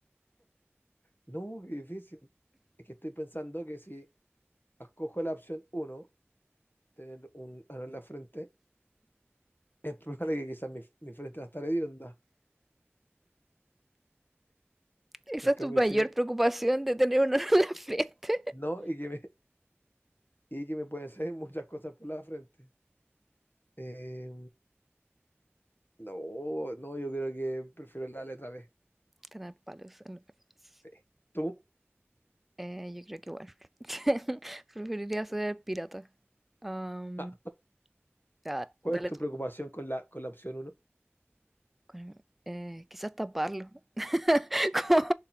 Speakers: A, on the left; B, in the centre.
A: No, qué difícil. Es que estoy pensando que si escojo la opción uno tener un ano en la frente, <laughs> es probable que quizás mi, mi frente va a estar hedionda.
B: ¿Esa
A: En
B: es
A: cambio,
B: tu mayor
A: si
B: preocupación de tener un ano en la frente?
A: no, y que me, <laughs> y que me pueden salir muchas cosas por la frente. Eh, no, no, yo creo que prefiero la letra B.
B: <laughs> Tener palos en lugar de brazos.
A: Sí. ¿Tú?
B: Eh, yo creo que igual. <laughs> Preferiría ser pirata. Am,
A: Ah,
B: ya,
A: ¿cuál
B: dale
A: es tu
B: tú.
A: preocupación con la, con la opción 1?
B: Con- eh, quizás taparlo. <laughs> Como,